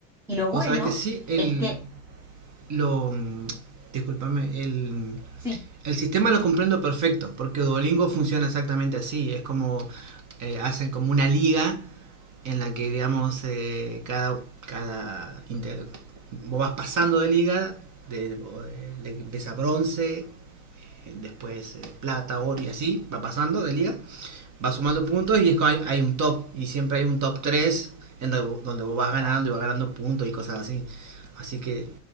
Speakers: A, in the centre; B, on the right (about 40°).
A: Y lo bueno
B: Vos sabés que sí, el,
A: es que,
B: lo, mm, discúlpame, el,
A: sí,
B: el sistema lo comprendo perfecto, porque Duolingo funciona exactamente así, es como eh, hacen como una liga en la que, digamos, eh, cada, cada inter- vos vas pasando de liga, de, o, eh, de empieza bronce, eh, después eh, plata, oro y así, va pasando de liga, va sumando puntos y es como hay, hay un top, y siempre hay un top 3 en donde, vo- donde vos vas ganando
A: para.
B: y vas ganando puntos y cosas así. Así que